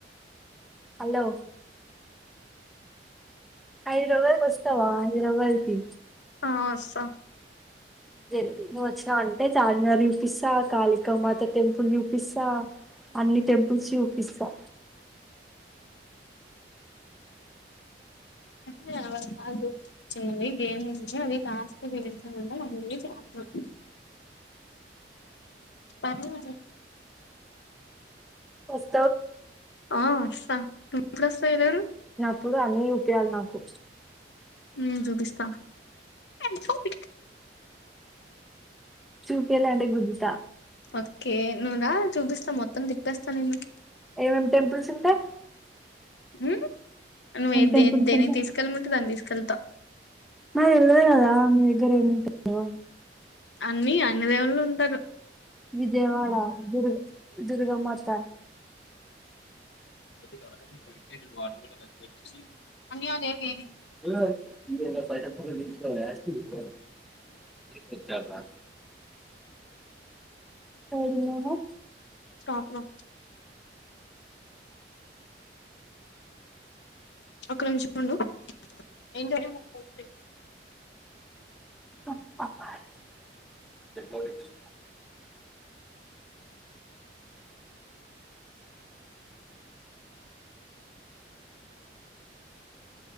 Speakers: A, in the centre; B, on the left.
A: హలో హైదరాబాద్ కు వస్తవా ఇరవై కి
B: ఆ వస్త
A: జల్ది నువు వచ్చినవ టే చార్మినార్ చూపిస్తా కాళికా మాత టెంపుల్ చూపిస్తా అన్ని టెంపుల్స్ చూపిస్తా
B: నియవ్వ కాదు చిన్నవి గేమ్ ఉంది అది టాస్క్ గెలిచినవల్లె వన్ డే నుంచి ఆడుతున్నారు పర్లేదు మా
A: ఉస్
B: ఆ వసా నువు ఎప్పుడు వస్తావు ఏలూరు
A: ఇప్పుడు అన్ని చూపియాలే నాకు
B: ఉ చూపిస్త ఆయామ్ హ్యాపీ
A: చూపియలే అంటే గుద్దుత
B: ఓకే నువ్వు రా చూపిస్తా మొత్తం తిప్పేస్తా నిన్ను
A: ఏమేం టెంపుల్స్ ఉంటయి
B: ఉ నువ్వు ఏ
A: టెంపుల్స్
B: దేని దేనికి
A: ఉంటాయి
B: తీసుకెళ్ళమంటే దాని తీసు యెల్త
A: నాకు తెల్వది కదా మీ దగ్గర ఏముంటాయో
B: అన్ని అన్ని దేవుళ్లు ఉంటరు
A: విజయవాడ దుర్గ దుర్గామాత
B: ఎందుకు <unintelligible> పెటిచి అన్యదేవ ఏమి
A: ఏమే వేణు గాడు బయటకు పొంగ తీసుకోవే యస్ టిస్ వచ్చేత కోడింగ్ యేన
B: స్టాప్ రా కొంసేపు ఉండు ఎం జరిగిన ఫస్ట్ డే
A: ఉప్ప పారు పెద్దొలిద్దరికి